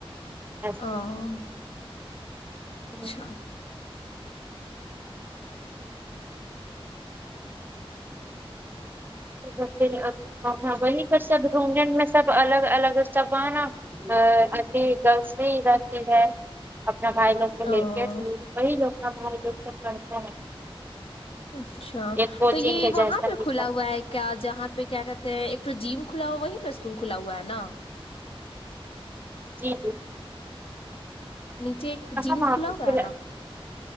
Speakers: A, on the right; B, on the left.
A: ایسے
B: ا
A: ہوں
B: اچھا
A: نہیں تو پھر ہاں وہ پے سب ڈونگھن میں سب الگ الگ سب ہے نا ا ابھی گلس بھی رہتی ہے اپنا بھائی لوگ کو
B: ا
A: لے کے تو وہی لوگ کا بھائی لوگ سب پڑتا ہے
B: اچھا
A: ایک کوچنگ
B: تو یہ
A: کے
B: وہاں
A: جیسا
B: پہ
A: ہی
B: کھلا
A: سب
B: ہوا ہے کیا جہاں پہ کیا کہتے ہیں ایک تو جیم کھلا ہو وہیں پہ اسکول کھلا ہوا ہے نا
A: جی جی
B: نیچے ایک
A: کہاں
B: جم
A: وہاں
B: کھلا
A: پہ
B: ہوا ہے نا